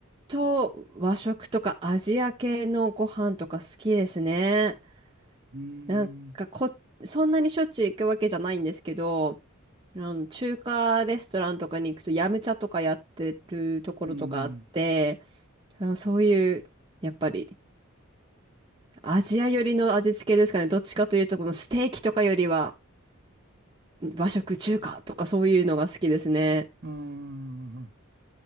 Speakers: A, on the right; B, on the right.
A: と、和食とかアジア系のご飯とか好きですね。
B: うーん、
A: なんかこ、そんなにしょっちゅう行くわけじゃないんですけど、あの、中華レストランとかに行くと、ヤムチャとかやってるところとかあって、
B: うーん、
A: あそういう、やっぱり、アジア寄りの味付けですかね。どっちかというと、このステーキとかよりは、和食、中華とかそういうのが好きですね。
B: うーん。